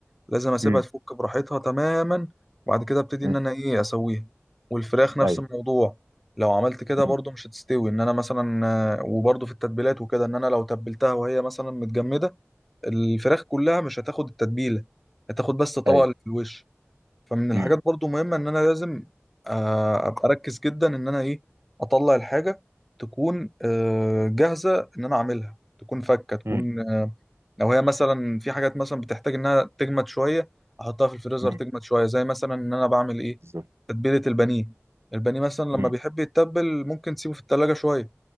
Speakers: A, in the centre; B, on the right.
A: لازم اسيبها
B: امم
A: تفك براحتها تماما وبعد كده ابتدي
B: امم
A: ان انا ايه اسويها والفراخ نفس
B: ايوه
A: الموضوع لو عملت كده برضو
B: مم.
A: مش هتستوي ان انا مثلا آه، وبرضو في التتبيلات وكده ان انا لو تبلتها وهي مثلا متجمده الفراخ كلها مش هتاخد التتبيله هتاخد بس الطبقه
B: ايوه
A: اللي في الوش فمن الحاجات
B: مم.
A: برضو مهمة ان انا لازم آه، ابقى اركز جدا ان انا ايه اطلع الحاجة تكون آه، جاهزة ان انا اعملها تكون فكة تكون
B: مم.
A: آه، لو هي مثلا في حاجات مثلا بتحتاج انها تجمد شوية احطها في الفريزر
B: مم.
A: تجمد شوية زي مثلا ان انا بعمل ايه
B: بالظبط
A: تتبيلة البانيه البانيه مثلا لما
B: مم.
A: بيحب يتبل ممكن تسيبه في التلاجة شوية